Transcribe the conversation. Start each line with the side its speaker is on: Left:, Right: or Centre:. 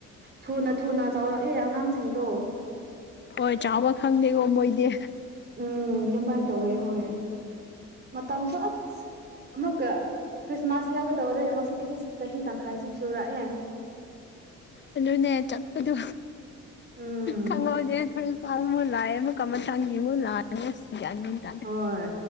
Right: ꯊꯨꯅ ꯊꯨꯅ ꯆꯥꯎꯔꯛꯑꯦ ꯑꯉꯥꯡꯁꯤꯡꯗꯣ
Left: ꯍꯣꯏ ꯆꯥꯎꯕ ꯈꯪꯗꯦꯀꯣ ꯃꯣꯏꯗꯤ
Right: ꯎꯝ ꯑꯗꯨꯃꯥꯏ ꯇꯧꯋꯦ ꯍꯣꯏ ꯃꯇꯝꯁꯨ ꯑꯁ ꯑꯃꯨꯛꯀ ꯈ꯭ꯔꯤꯁꯃꯥꯁ ꯌꯥꯎꯒꯗꯧꯔꯦ ꯍꯧꯖꯤꯛꯇꯤ ꯆꯍꯤ ꯇꯪꯈꯥꯏ ꯁꯨ ꯁꯨꯔꯛꯑꯦ
Left: ꯑꯗꯨꯅꯦ ꯆꯠꯄꯗꯣ
Right: ꯎꯝ
Left: ꯈꯪꯍꯧꯗꯦ ꯆꯪꯨ ꯂꯥꯛꯑꯦ ꯑꯃꯨꯛ ꯑꯃ ꯆꯪꯉꯦ ꯑꯃꯨꯛ ꯂꯥꯛꯑ ꯁꯤ ꯌꯥ <unintelligible>
Right: ꯍꯣꯏ